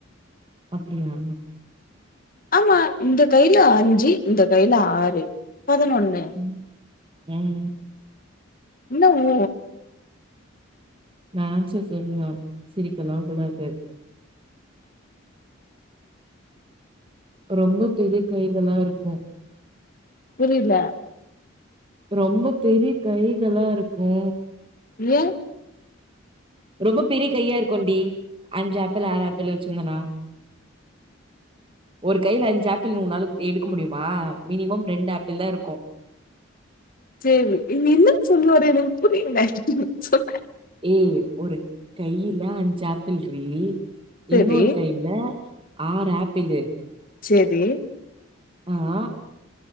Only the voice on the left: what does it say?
ஆமா இந்த கையில அஞ்சு இந்த கையில ஆறு பதனொன்னு
என்ன உ
புரில
ஏன்
சேரி இன் இன்னனு சொல்லு ஒரு எனக்கு புரியல சொல்லு
செரி
சேரி